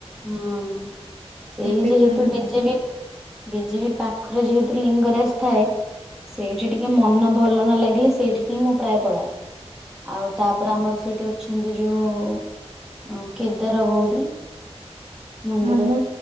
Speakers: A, in the centre; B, on the right.
A: ହୁଁ ସେଇ
B: ଏବେ
A: ଯେହେତୁ
B: କଣ
A: ବିଜେ ବି ବିଜି ବି ପାଖରେ ଯେହେତୁ ଲିଙ୍ଗରାଜ ଥାଏ। ସେଇଠି ଟିକେ ମନ ଭଲ ନ ଲାଗିଲେ ସେଇଠିକି ମୁଁ ପ୍ରାୟ ପଳାଏ। ଆଉ ତାପରେ ଆମର ସେଇଠି ଅଛନ୍ତି ଯୋଉ କେଦାର ଗୌରୀ। ମନ୍ଦିର
B: ଆ ମୁଁ